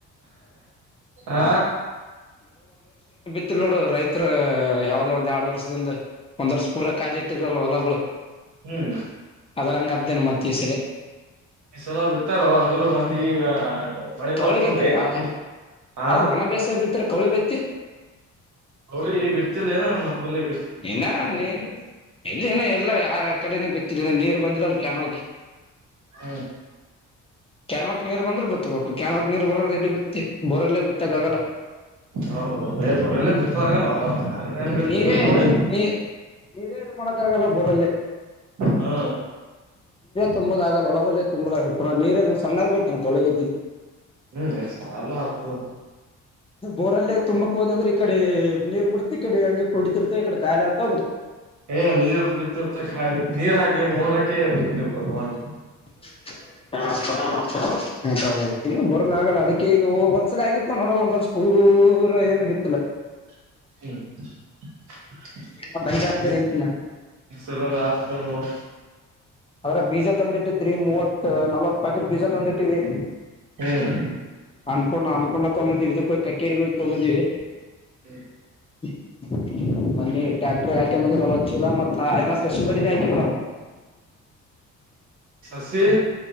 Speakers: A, on the right (about 70°); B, on the left (about 20°).
A: ಹಾ.
B: ಇಲ್ಲಿ ನೋಡು ರೈತ್ರ ಯಾವದೋ ಒಂದ್ ಎರಡು ವರ್ಷದಿಂದ. ಒಂದ್ ವರ್ಷ ಪೂರ ಕಾಲಿಟ್ಟಿರಲ್ಲ ಹೊಲಗಳು
A: ಹ್ಮ್
B: ಅದರಂಗದ್ದೇನ ಮತ್ ಈ ಸಲ.
A: ಈ ಸಲ ಬಿತಾರ ಅಂದರು ಮಂದಿ. ಮಳಿ
B: ತಳಗೈದೀಪಾ
A: ಬರ್ತಂತ ಏನತ್ತು ಹಾ
B: ಅವವು ಒಣ ಬೇಸ ಬಿದ್ರ. ಕೌಳಿ ಬೆತ್ತಿ.
A: ಅವಳಿ ಬಿಡ್ತಿಲ್ಲ ಏನ ನಮ್ಮಲ್ಲಿ <unintelligible>
B: ಇನ ನೀ ಎಲ್ಲಿನ ಎಲ್ಲ ಯ ಕಡೆನ ಬಿತ್ತ ನೀರ್ ಬಂದಿಲ್ಲ. ಲು ಕೆನಾಲ್ ಕೆ <unintelligible>
A: ಹ್ಮ.
B: ಕ್ಯಾನಲ್ಕ್ ನೀರ್ ಬಂದ್ರು ಬಿತ್ತಬೇಕು ಕೆನಗ ನೀರ್ ಬರೋದ ಎಲ್ಲಿ ಬಿತ್ತಿ ಬೋರಲ್ಲೇ ಬಿತ್ತಾಗಗಲ್ಲ.
A: ಹೌದೌದು ಏ ಬರಲ್ಲ ಬಿತ್ತದಾಗಲ್ಲ ಅವೇನ್ ಬಿತ್ತ
B: ನೀರೇ
A: ಕೋಳಿ
B: ನೀ ನೀರೇ ಇದು ಮಾಡಕ್ಕಾಗಲ್ಲ ಬ. <unintelligible>
A: ಹಾ.
B: ತುಂಬದ ಆಗಲ್ಲ ಒಳಗಲ್ಲೆ ತುಂಬುದ ನೀರೇನು ಸಣ್ಣಾಗ್ ಬೇಕ ತೊಳಗದಿ.
A: ಅಷ್ಟೆಲ್ಲ ಸಾಲ ಆಯ್ತು.
B: ಬೋರಲ್ಲೇ ತುಂಬಾ. ಹೋದ ಅಂದ್ರೆ ಈ ಕಡೆ ನೀರ್ ಬಿಡ್ತ ಈ ಕಡೆ ಹಂಗೆ ಕುಡಿತಿರ್ತ ಈ ಕಡೆ ಕಾಲಿ ಆತ.
A: ಏ ನೀರ್ ಕುಡಿತಿರ್ತಾ ನೀರ್ ಹಾಕ್ಲಿಕ್ಕೆ ಹೊಲಕ್ಕ. <unintelligible>
B: <unintelligible> ಆಗಲ್ಲ ಅದಕ್ಕೆ ಈಗ ಒಂದ್ಸಲ ಆಗಿತ್ತು ನೋಡ ಒಂದ್ ವರ್ಷ ಪೂರ ಏನು ಬಿತ್ತಿಲ.
A: <unintelligible>
B: ಮತ್ ಹಂಗೆ ಅದ್ದೇ ನಿಂತಿನ ಆದ್ರ ಬೀಜ ತಂದಿಟ್ಟಿದ್ರಿ ಮೂವತ್ತು ನಲ್ವತ್. ಪಾಕೆಟ್ ಬೀಜ ತಂದಿ ಇಟ್ಟೀವಿ
A: ಹ್ಮ್
B: ಅನ್ಕೊಂಡಣ ಅನ್ಕೊಂಡೊಂಡ. ತಗೊಂಡ್ ಬಂದಿವಿ ಇದು ಕಕ್ಕೇರಿಗೆ ತಗೊಂಡ್ ಬಂದಿವಿ.
A: ಹ್ಮ.
B: <unintelligible> ಮೊನ್ನೆ ಟ್ರ್ಯಾಕ್ಟರ್ ಹಾ. ನಲವತ್ತು ಚೀಲ ಮತ್ತು ಸ್ಪೆಷಲ್ ಬಡ್ಡಿ ನೆ ಹಾಕಿಲ್ ನಾವು.
A: ಸಸಿ.